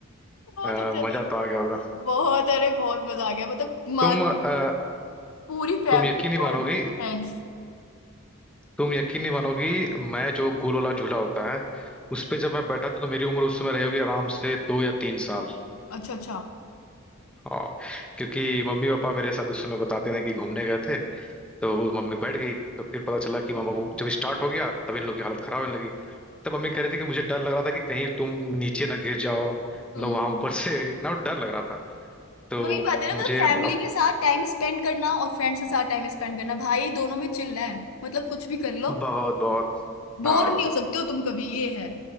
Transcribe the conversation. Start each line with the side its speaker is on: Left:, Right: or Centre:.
Left: बहुत
Centre: अ,
Left: अच्छा
Centre: मजा तो आ गया होगा
Left: बहुत अरे बहुत मजा आ गया मतलब
Centre: तुम
Left: मान
Centre: अ,
Left: पूरी फैमिली
Centre: तुम यकीन नहीं
Left: और
Centre: मानोगी
Left: फ्रेंड्स
Centre: तुम यकीन नहीं मानोगी मैं जो गोल वाला झूला होता है उस पे जब मैं बैठा था तो मेरी उम्र उस समय रही होगी आराम से दो या तीन साल
Left: अच्छा अच्छा
Centre: हाँ क्योंकि मम्मी पापा मेरे साथ उस समय बताते थे कि घूमने गए थे तो वो मम्मी बैठ गई तो फिर पता चला कि मामा वो जब स्टार्ट हो गया तब इन लोग की हालत खराब होने लगी तब मम्मी कह रही थी कि मुझे डर लग रहा था कि कहीं तुम नीचे ना गिर जाओ मतलब
Left: हम्म
Centre: वहां ऊपर से इतना डर लग रहा था तो
Left: वही बात है ना
Centre: मुझे
Left: मतलब फैमिली
Centre: अब
Left: के साथ टाइम स्पेंड करना और फ्रेंड्स के साथ टाइम स्पेंड करना भाई दोनों में चिल्ला है मतलब कुछ भी कर लो
Centre: बहुत बहुत
Left: बोर
Centre: हाँ
Left: नहीं हो सकते हो तुम कभी ये है